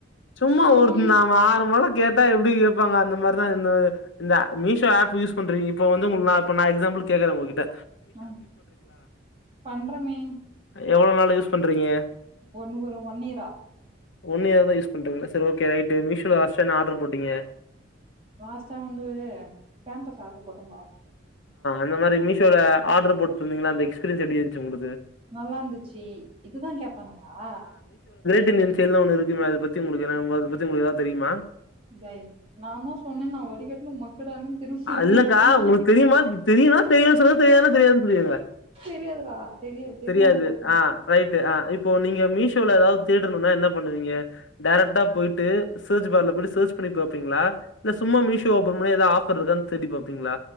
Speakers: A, on the left; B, on the right.
A: சும்மா
B: ஆமான்டா
A: ஒரு நா ஆறு மாத கேட்டா எப்படி கேபாங்க அந்த மாரிதா இந்த ஆ மீஷோ ஆப் யூஸ் பண்றிங்க இப்ப வந்து நா உங்களுக்கு எக்ஸாம்புல்க் கேக்குறே ஒங்ககிட்ட
B: ம் பண்றமே
A: எவ்ளோநாளு யூஸ் பண்றிங்க
B: ஒன்னு ஒரு ஒன் இயரா
A: ஒன் இயர் தா யூஸ் பண்றிங்க சரி ஓக்கே ரைட்டு மிஷோல வச்சு என்னா ஆடரு போட்டிங்க
B: லாஸ்டா வந்து பேம்பஸ் ஆட்ரு போட்டப்பா
A: இந்த மாரி மிஷோல ஆட்ரு போட்ருந்தீங்ள அந்த எக்ஸ்பீரியன்ஸ் எப்டி இருந்துச்சு உங்கலுக்கு
B: நல்லா இருந்துச்சி இதுதா கேப்பாங்களா
A: மிஷின் இன்சியல் ஒன்னு இருக்குமே அத பத்தி ஒங்களுக்கு அதபத்தி ஒங்களுக்கு ஏதாவது தெரியுமா
B: டேய் நா தா சொன்னேன் நா வடிகட்ன மக்கடான்னு திரும்ப
A: இல்லக்கா
B: எனக்கு என்ன
A: உங்களுக் தெரியுமா தெரியுனா தெரியு சொல்லுங்க தெரியாதுன்னா தெரியாதுன்னு சொல்லிருங்க
B: தெரியாதுடா தெரிஞ்சா
A: தெரியாது
B: சொல்ல போறே
A: ஆ ரைட்டு இப்போ இப்போ நீங்க மீசோல ஏதாவது தேடணுனா என்னா பண்ணுவீங்க டைரக்டா போயிட்டு சர்ச் பார்ல போயிட்டு சர்ச் பண்ணி பாப்பீங்ளா இல்ல சும்மா மீசோ ஓபன் பண்ணி ஏதோ ஆஃப் ஆபர் இருக்கானு தேடிப் பாப்பிங்ளா